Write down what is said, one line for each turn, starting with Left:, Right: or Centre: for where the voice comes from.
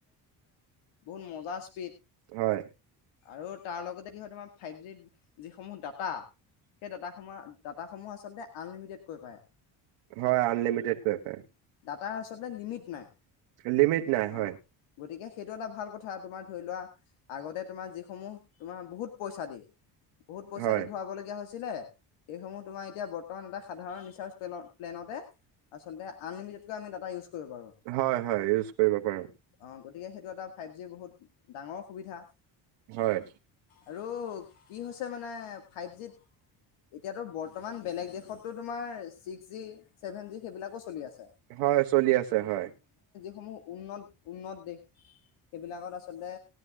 Left: বহুত মজা স্পীড
Right: হয়
Left: আৰু তাৰ লগতে কি হয়, তোমাৰ ফাইভ জিত যিসমূহ ডাটা, সেই ডাটাসমূহ আচলতে আনলিমিটেডকৈ পাই।
Right: হয়, আনলিমিটেড কয় পায়।
Left: তাৰ আচলতে, লিমিট নাই।
Right: লিমিট নাই হয়
Left: অ', গতিকে সেইটো এটা ভাল কথা তোমাৰ ধৰি লোৱা আগতে তোমাৰ যিসমূহ তোমাৰ বহুত পইচা দি বহুত পইচা
Right: হয়
Left: দি ভৰাবলগীয়া হৈছিলে। সেইসমূহ তোমাৰ এতিয়া বৰ্তমান এটা সাধাৰণ ৰিচাৰ্জ প্লেনতে আচলতে আনলিমিটেডকৈ আমি ডাটা ইউজ কৰিব পাৰোঁ।
Right: হয়, হয় ইউজ কৰিব পাৰো।
Left: অ' গতিকে সেইটো এটা ফাইভ জি বহুত ডাঙৰ সুবিধা
Right: হয়।
Left: আৰু কি হৈছে মানে ফাইভ জিত এতিয়াতো বৰ্তমান বেলেগ দেশ তটো তোমাৰ ছিক্স জি চেভেন জি সেইবিলাকো চলি আছে।
Right: হয় চলি আছে হয়।
Left: সমূহ উন্নত-উন্নত দেশ সেইবিলাকত আচলতে